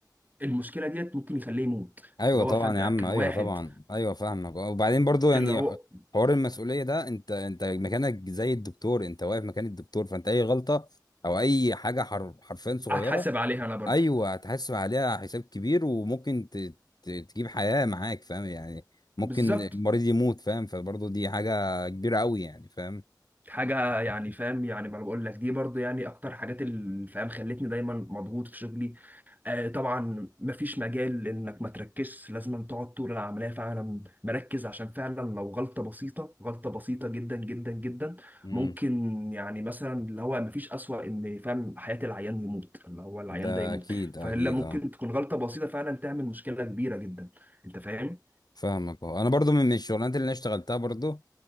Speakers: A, on the right; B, on the left.
A: المشكله ديت ممكن يخليه يموت
B: ايوه
A: اللي
B: طبعا
A: هو فجاه
B: يا عم
A: كان
B: ايوه
A: واحد
B: طبعا ايوه فاهمك اه وبعدين برضو يعني
A: اللي هو
B: ح- حوار المسؤولية ده انت انت مكانك زي الدكتور انت واقف مكان الدكتور فانت اي غلطة او اي حاجة حر- حرفيا صغيرة
A: هتحاسب عليها انا برضو
B: ايوه هتحاسب عليها حساب كبير وممكن ت... ت... تجيب حياه معاك فاهم يعني ممكن
A: بالظبط
B: المريض يموت فاهم فبرضه دي حاجه كبيره قوي يعني فاهم
A: حاجه يعني فاهم يعني ما أنا بقول لك دي برضو يعني اكتر حاجات اللي فاهم خلتني دايما مضغوط في شغلي آه طبعا مفيش مجال انك ما تركزش لازم تقعد طول العمليه فعلا مركز عشان فعلا لو غلطه بسيطه غلطه بسيطه جدا جدا جدا
B: امم
A: ممكن يعني مثلا اللي هو مفيش اسوأ ان فاهم حياه العيان يموت اللي هو العيان
B: ده
A: ده يموت
B: اكيد
A: فهلا
B: اكيد
A: ممكن
B: اه
A: تكون غلطه بسيطه فعلا تعمل مشكله كبيره جدا انت فاهم
B: فاهمك اه انا برضه من من الشغلانات اللي انا اشتغلتها برضه